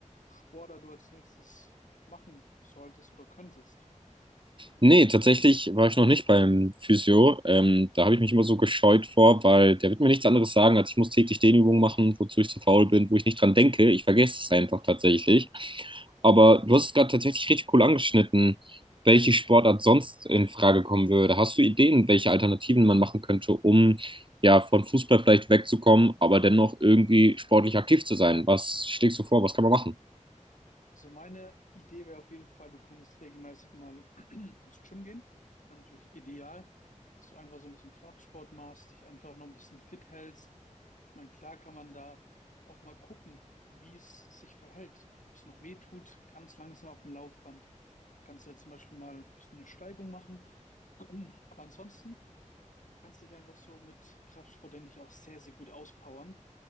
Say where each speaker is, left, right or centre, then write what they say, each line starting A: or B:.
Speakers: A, on the left (about 75°); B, on the right (about 40°).
A: Sportler du als nächstes machen solltest oder könntest.
B: Nee, tatsächlich war ich noch nicht beim Physio. Ähm, da habe ich mich immer so gescheut vor, weil der wird mir nichts anderes sagen, als ich muss täglich Dehnübungen machen, wozu ich zu faul bin, wo ich nicht dran denke. Ich vergesse es einfach tatsächlich. Aber du hast es gerade tatsächlich richtig cool angeschnitten, welche Sportart sonst in Frage kommen würde. Hast du Ideen, welche Alternativen man machen könnte, um ja von Fußball vielleicht wegzukommen, aber dennoch irgendwie sportlich aktiv zu sein? Was schlägst du vor? Was kann man machen?
A: Also meine Idee wäre auf jeden Fall, du könntest regelmäßig mal <clears throat> ins Gym gehen. Wäre natürlich ideal, dass du einfach so ein bisschen Kraftsport machst, dich einfach noch ein bisschen fit hältst. Ich meine, klar kann man da auch mal gucken, wie es sich verhält, ob es noch weh tut, ganz langsam auf dem Laufband. Kannst du ja zum Beispiel mal ein bisschen eine Steigung machen. <clears throat> Aber ansonsten kannst du dich einfach so mit Kraftsport, denke ich, auch sehr, sehr gut auspowern.